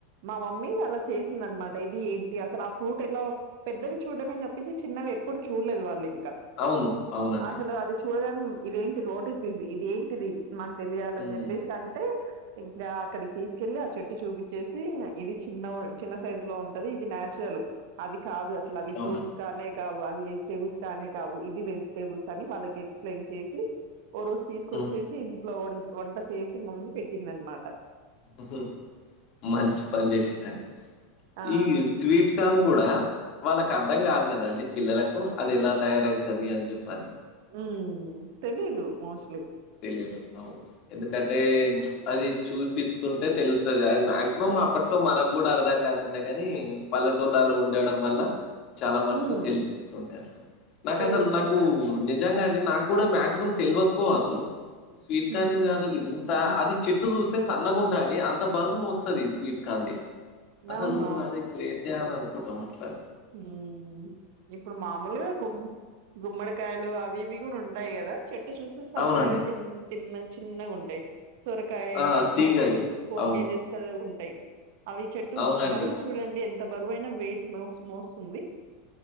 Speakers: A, on the right (about 55°); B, on the left (about 45°).
A: మా మమ్మీ అలా చేసిందనమాట ఇది ఏంటి అసలు ఆ ఫ్రూట్ ఎలా పెద్దవి చూడమే తప్పించి చిన్నవి ఎప్పుడు చూడలేదు వాళ్ళు ఇంకా
B: అవును. అవునండి.
A: అసలు అది చూడడం ఇదేంటి వాట్ ఇస్ దిస్ ఇది ఏంటిది మాకు తెలియాలని
B: హ్మ్
A: చెప్పేసి అంటే ఇంకా అక్కడికి తీసుకెళ్ళి ఆ చెట్టు చూపిచ్చేసి ఇది చిన్న చిన్న సైజు లో ఉంటది ఇది నచురల్ అవి కాదు అస అవి
B: అవునండి.
A: ఫ్రూట్స్ కానే కావు అవి వెజిటేబుల్స్ కానే కావు ఇవి వెజిటబుల్స్ అని వాళ్ళకి ఎక్స్ప్లెయిన్ చేసి ఓ రోజు తీసుకొచ్చేసి
B: హ్మ్.
A: ఇంట్లో వ వంట చేసి మమ్మీ పెట్టింది అనమాట
B: హుహు మంచి పని చేసిరండి
A: ఆ!
B: ఈ స్వీట్ కార్న్ కూడా వాళ్ళకి అర్థం కాదు కదండి పిల్లలకు అది ఎలా తయారయితది అని చెప్పని
A: ఉ తెలిదు మోస్ట్లీ
B: తెలీదు అవును ఎందుకంటే అది చూపిస్తుంటే తెలుస్తుంది అది మాక్సిమం అప్పట్లో మనకు కూడా అర్ధం కాకుండే కానీ పల్లెటూలాలో ఉండడం వల్ల చాలా మట్టుకు
A: హ్మ్.
B: తెలుస్తుండే అట్లా నాకు
A: తెలుస్తుంటది.
B: అసలు నాకు నిజంగా అంటే నాకు కూడా మాక్సిమం తెలవకపోవు అసలు స్వీట్
A: హ్మ్.
B: కార్న్ అసలు ఇ త అది చెట్టు చూస్తే సన్నగాంటాంది అండి అంత బరువు మోస్తది స్వీట్ కార్న్ది అసలు
A: అవునవును
B: అదే గ్రేటే అనే అనుకుంటమట్లా
A: ఉమ్ ఇప్పుడు మామూలుగా గు గుమ్మడికాయలు అవి ఇవి కూడా ఉంటాయి కదా చెట్టు చూసి సన్నగా
B: అవునండి.
A: తి తిన్న చిన్నగా ఉంటాయి సొరకాయ
B: ఆ! తీగలు
A: ఫైవ్ కేజెస్ ఫోర్
B: అవును.
A: కేజెస్ ఉంటాయి అవి చెట్టు
B: అవునండి.
A: బరువు చూడండి ఎంత బరువైన వెయిట్ మో మోస్తుంది